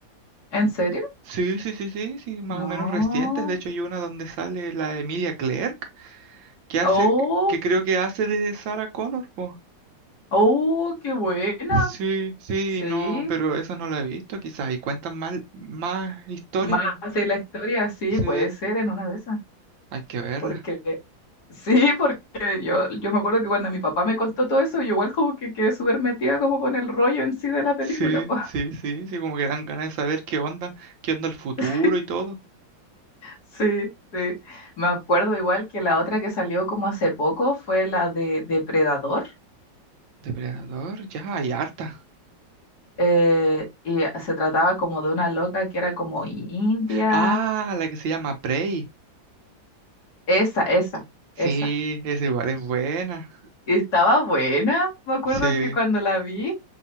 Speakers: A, on the left (about 55°); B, on the right (about 80°).
A: ¿en serio?
B: Sí, sí, sí, sí, sí, más
A: No.
B: o menos recientes. De hecho, hay una donde sale la Emilia Clarke que hace,
A: Oh,
B: que creo que hace de Sarah Connor, pues.
A: oh, qué buena.
B: Sí, sí,
A: Sí,
B: no, pero eso no lo he visto, quizás. Y cuentan mal, más historia,
A: más
B: pues.
A: de la historia, sí,
B: Sí,
A: puede ser en una de esas.
B: hay que verla.
A: Porque, <laughs> sí, porque yo, yo me acuerdo que cuando mi papá me contó todo eso, yo igual como que quedé súper metida como con el rollo en sí de la película,
B: Sí,
A: pues.
B: sí, sí, sí, como que dan ganas de saber qué onda, qué onda el futuro
A: <laughs>
B: y todo.
A: Sí, sí. Me acuerdo igual que la otra que salió como hace poco fue la de Depredador.
B: Depredador, ya hay harta.
A: eh, y se trataba como de una loca que era como india.
B: Ah, la que se llama Prey.
A: Esa, esa,
B: Sí,
A: esa.
B: esa igual es buena.
A: Estaba buena, me acuerdo
B: Sí,
A: que cuando la vi,